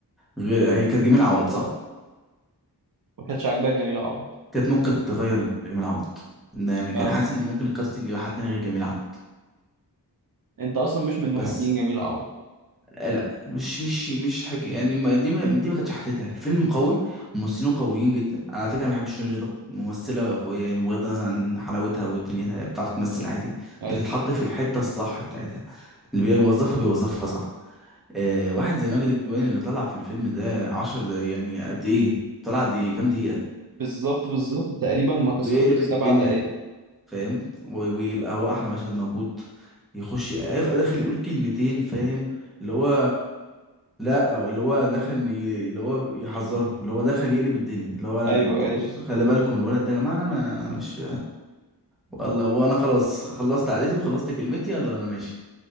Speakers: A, in the centre; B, on the right.
A: غير هي كانت جميل عوض صح
B: ما كانتش عاجباك جميلة عوض
A: كانت ممكن تغير جميل عوض يعني
B: اه
A: كان حاسس ان ممكن الكاستنج يبقى حد تاني غير جميل عوض
B: انت اصلا مش من
A: بس
B: محبين جميلة عوض
A: آه لا مش مش مش حاجه يعني ما دي ما دي ما كانتش حتتها الفيلم قوي وممثلين قويين جدا انا على فكره ما بحبش شيرين رضا ممثله قويه يعني بغض النظر عن حلاوتها ودنيتها هي بتعرف تمثل عادي
B: ايوه
A: بتتحط في الحته الصح بتاعتها اللي بيوظفها بيوظفها صح آه واحد زي ماجد الكدواني اللي طلع في الفيلم ده عشر دقايق يعني قد ايه طلع قد ايه كام دقيقة
B: بالظبط بالظبط تقريبا ما كسروش
A: ويقلب
B: السبع
A: الدنيا
B: دقايق
A: فاهم و- ويبقى هو احلى مشهد موجود يخش يخ- داخل يقول كلمتين فاهم اللي هو لا او اللي هو دخل ي- اللي هو يحذره اللي هو دخل يقلب الدنيا اللي هو لا
B: ايوه
A: انت
B: ايوه
A: بص خلي بالكم الولد ده يا جماعه انا ما انا مش والله وانا خلاص خلصت عادتي وخلصت كلمتي يلا انا ماشي